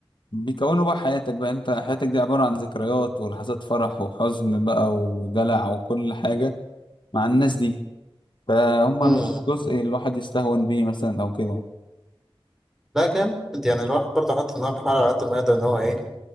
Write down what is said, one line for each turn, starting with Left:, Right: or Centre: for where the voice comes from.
Left: بيكونوا بقى حياتك بقى انت حياتك دي عبارة عن ذكريات ولحظات فرح وحزن بقى ودلع وكل حاجة مع الناس دي فهم
Centre: مم.
Left: مش جزء الواحد يستهون بيه مثلا او كده
Centre: لا جامد يعني الواحد برضه حاطط إن هو بيحاول على قد ما يقدر إن هو إيه